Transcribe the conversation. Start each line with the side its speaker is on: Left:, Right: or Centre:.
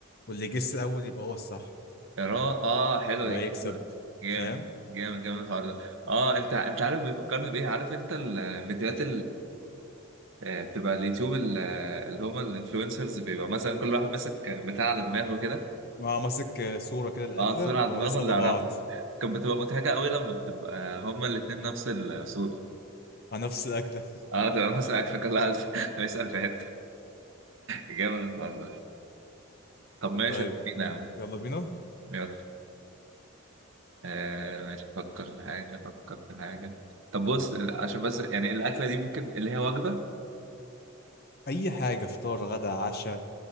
Left: واللي يجس الاول يبقى هو الصح
Right: اه اه حلو
Left: اللي
Right: دي
Left: هو يكسب
Right: جامد
Left: فاهم
Right: جامد جامد الحوار ده اه انت انت عارف بيفكرني بايه عارف انت الفيديوهات آه، بتبقى اليوتيوب ال- آه، اللي هما الانفلونسرز بيبقى مثلا كل واحد ماسك بتاع على دماغه كده
Left: ما ماسك آه، صوره كده الاكله
Right: اه صورة على
Left: وبيقعدوا
Right: دماغه
Left: يسالوا
Right: اللي يعرفها
Left: بعض
Right: كانت بتبقى مضحكة قوي لما بتبقى هما الاتنين نفس الصورة
Left: عن نفس الاكله
Right: اه تبقى مثلا عارفة كل واحد <laughs> بيسأل في حتة جامد الحوار ده طب
Left: <laughs>
Right: ماشي
Left: طيب
Right: خلينا يا عم
Left: يلا بينا
Right: يلا آه ماشي افكر في حاجة افكر في حاجة طب بص ال- عشان بس يعني الأكلة دي ممكن اللي هي وجبة
Left: اي حاجه فطار غدا عشاء